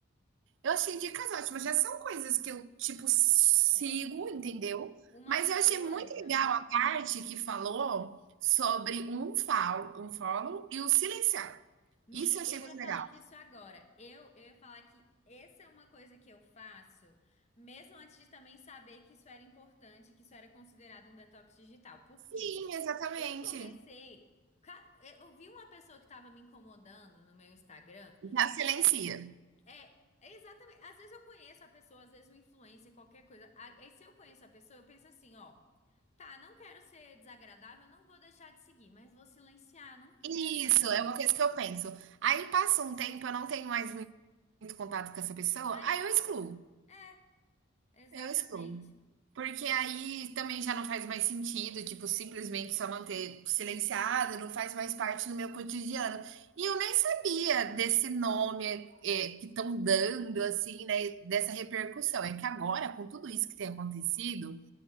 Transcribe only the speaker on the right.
Eu achei dicas ótimas, já são coisas que eu, tipo, sigo,
entendeu.
Mas eu achei
muito legal a parte que falou sobre um follow, um follow e o silenciar.
Isso eu achei
muito
legal.
Sim, exatamente.
Já silencia.
Isso,
é
uma coisa que eu penso. Aí passa um tempo, eu não tenho mais muito contato com essa pessoa,
aí
eu excluo,
eu excluo. Porque aí também já não faz mais sentido, tipo, simplesmente só manter silenciado, não faz mais parte do meu cotidiano. E eu nem sabia desse nome é, é, que estão dando, assim, né, dessa repercussão. É que agora, com tudo isso que tem acontecido,